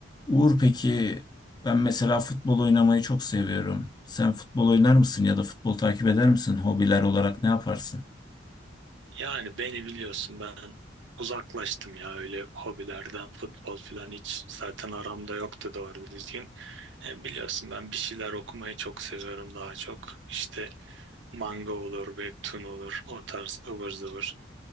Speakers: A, on the left (about 20°); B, on the right (about 70°).
A: Uğur peki ben mesela futbol oynamayı çok seviyorum. Sen futbol oynar mısın ya da futbol takip eder misin? Hobiler olarak ne yaparsın?
B: Yani beni biliyorsun ben uzaklaştım ya öyle hobilerden futbol falan hiç zaten aramda yoktu doğru düzgün. E, biliyorsun ben bir şeyler okumayı çok seviyorum daha çok. İşte manga olur, webtoon olur o tarz ıvır zıvır.